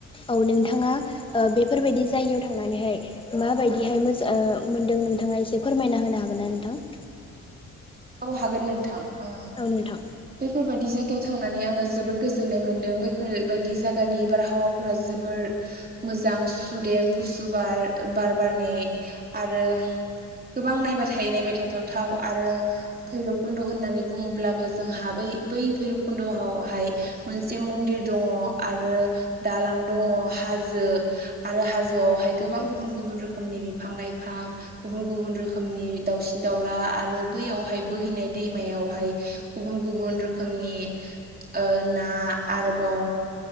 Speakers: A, on the left; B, on the right.
A: औ नोंथाङा ओ बेफोरबायदि जायगायाव थांनानैहाय। माबायदिहाय मोजां ओ मोन्दों नोंथाङा एसे फोरमायना होनो हागोन ना नोंथां।
B: औ हागोन नोंथां ओ।
A: औ नोंथां।
B: बेफोरबायदि जायगायाव थांनानै आङो जोबोद गोजोन्नाय मोन्दों बेफोरबायदि जायगानि बारहावा। फोर जोबोर। मोजां सुदेम गुसु बार बार बारनायै आरो गोबां नायबाय थायो नायबाय थाथाव थाव आरो। भैरब खुन्द' होननानै बुङोब्लाबो जोंहा बै बै भैरब खुन्द'आवहाय। मोनसे मन्दिर दङ' आरो दालां दङ' हाजो। आरो हाजोआवहाय गोबां गुबुन गुबुन रोखोमनि बिफां लाइफां। गुबुन गुबुन रोखोमनि दाउसिन दाउला आरो। बैयावहाय बोहैनाय दैमायावहाय गुबुन गुबुन रोखोमनि। ओ ना आरोबाव।